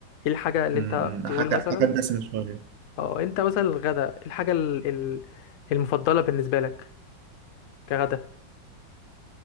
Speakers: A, on the left (about 70°); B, on the right (about 80°).
A: ايه الحاجة اللي
B: أمم،
A: انت تقول
B: حاجة
A: مثلا
B: حاجة دسمة شوية
A: اه انت مثلا الغدا إيه الحاجة ال- ال- المفضلة بالنسبة لك كغدا